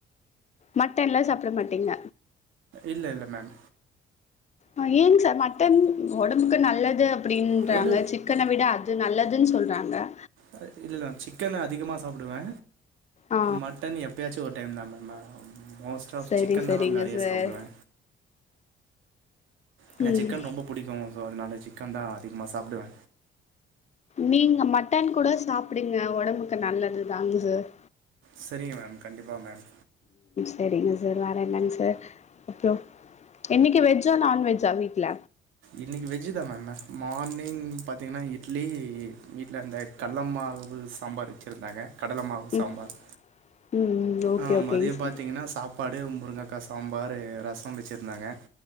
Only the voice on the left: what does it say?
மட்டன் எல்லா சாப்பிட மாட்டீங்க
ஆ ஏங் சார் மட்டன் ஒடம்புக்கு நல்லது அப்பிடின்றாங்க
சிக்கன விட அது நல்லதுன்னு சொல்றாங் ங
ஆ
சரி
சரிங்க
சார்
ம்
நீங்க மட்டன் கூட சாப்புடுங்க ஒடம்புக்கு நல்லதுதாங்க சார்
செரிங்க சார் வேற என்னங்கசார் அப்ரொ இன்னைக்கு வெஜ்ஜா நான் வெஜ்ஜா வீட்ல
ம் ம் ஓகே
ஓகேங்க
சார்